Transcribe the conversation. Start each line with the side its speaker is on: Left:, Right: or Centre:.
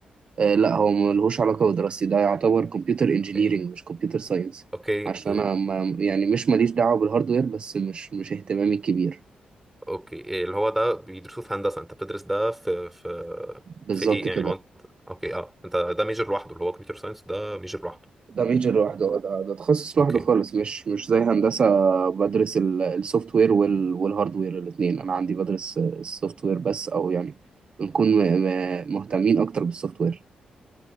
Right: آه، لا هو ملهوش علاقه بدراستي ده يعتبر كمبيوتر انجينيرنج
Centre: اوكي
Right: مش كمبيوتر ساينس
Centre: اوكي
Right: عشان
Centre: اوكي
Right: انا ما يعني مش ماليش دعوه بالهاردوير بس مش مش اهتمامي الكبير
Centre: اوكي إيه اللي هو ده بيدرسوه في هندسه انت بتدرس ده في في
Right: بالظبط
Centre: في ايه يعني
Right: كده
Centre: هو انت اوكي اه انت ده ميجر لوحده اللي هو كمبيوتر ساينس ده ميجر لوحده
Right: ده ميجر لوحده ده, ده تخصص
Centre: اوكي
Right: لوحده خالص مش مش زي هندسة بدرس السوفت وير والهارد وير الاثنين أنا عندي بدرس السوفت وير بس أو يعني بنكون م- م- مهتمين أكتر بالسوفت وير